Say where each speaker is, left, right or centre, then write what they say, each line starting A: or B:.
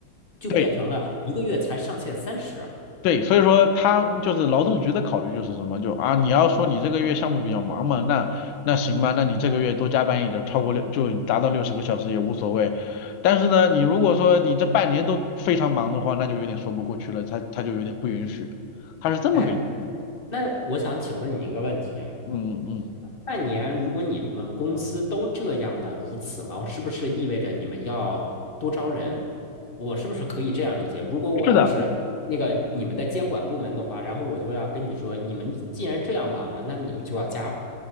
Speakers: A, on the left; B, on the left.
A: 就变成了一个月才上限三十。
B: 对。对，所以说他就是劳动局的考虑就是什么，就啊，你要说你这个月项目比较忙嘛，那那行吧，那你这个月多加班一点儿超过六就达到六十个小时也无所谓。但是呢，你如果说你这半年都非常忙的话，那就有点说不过去了，他他就有点不允许，他是这么个意思。
A: 哎，那我想请问你一个问题，
B: 嗯嗯，
A: 半年，如果你们公司都这样的如此忙，是不是意味着你们要多招人？我是不是可以这样理解？如果我要是那个你们的监管部门的话，
B: 是的，
A: 然后我就要跟你说，你们既然这样忙了，那你们就要加